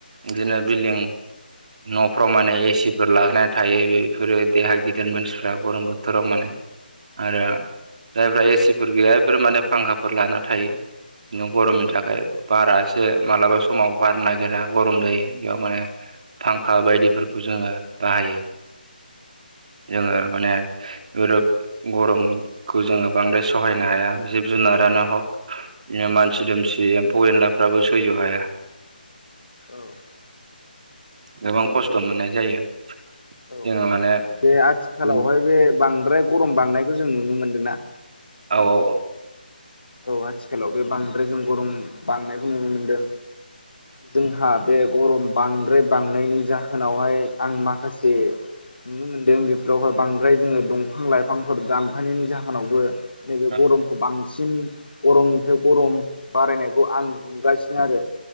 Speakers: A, on the right; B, on the left.
A: बिदिनो बिल्डिं न'फ्राव माने एसिफोर लागायनानै थायो बेफोरो देहा गिदिर मानसिफ्रा गरम बोथोराव माने। आरो जायफ्रा एसिफोर गैया बेफोरो माने फांखाफोर लाना थायो। न गरमनि थाखाय बारासो मालाबा समाव बार नागिरा गरम जायो बेयाव माने फांखा बायदिफोरखौ जोङो बाहायो। जोङो माने गरमखौ जोङो बांद्राय सहायनो हाया ज जुनारायाना हक बिदिनो मानसि दुमसि एम्फौ एनलाफ्राबो सैज' हाया।
B: औ।
A: गोबां खस्थ' मोननाय जायो जोङो
B: औ
A: माने
B: बे आथिखालावहाय
A: उम
B: बे बांद्राय गरम बांनायखौ जों नुनो मोनदोंना।
A: औ औ औ।
B: औ आथिखालाव बे बांद्राय जों गरम बांनायखौ नुनो मोनदों। जोंहा बे गरम बांद्राय बांनायनि जाहोनावहाय आं माखासे नुनो मोन्दों बेफोरावहाय बांद्राय जोङो दंफां लाइफांफोर दानफायनायनि जाहोनावबो नैबे
A: औ
B: गरमखौ बांसिन गरमनिफ्राय गरम बारायनायखौ आं नुगासिनो आरो